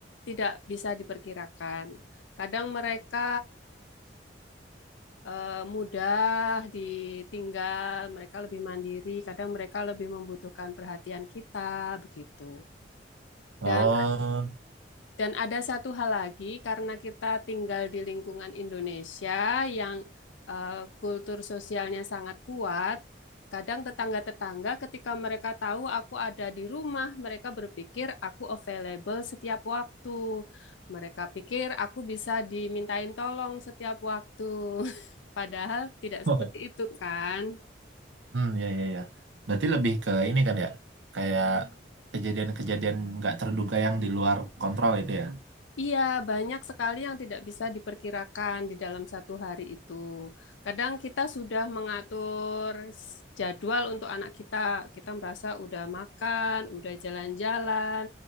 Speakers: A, on the left; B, on the right.
A: tidak bisa diperkirakan. Kadang mereka eh, mudah ditinggal, mereka lebih mandiri, kadang mereka lebih membutuhkan perhatian kita, begitu.
B: oh
A: Dan dan ada satu hal lagi, karena kita tinggal di lingkungan Indonesia yang eh, kultur sosialnya sangat kuat, kadang tetangga-tetangga ketika mereka tahu aku ada di rumah, mereka berpikir aku available setiap waktu. Mereka pikir aku bisa dimintain tolong setiap waktu. <laughs> Padahal tidak
B: <laughs>
A: seperti itu kan?
B: hmm ya ya ya berarti lebih ke ini kan ya kayak kejadian-kejadian nggak terduga yang di luar kontrol itu ya
A: Iya, banyak sekali yang tidak bisa diperkirakan di dalam satu hari itu. Kadang kita sudah mengatur s- jadwal untuk anak kita. Kita merasa udah makan, udah jalan-jalan.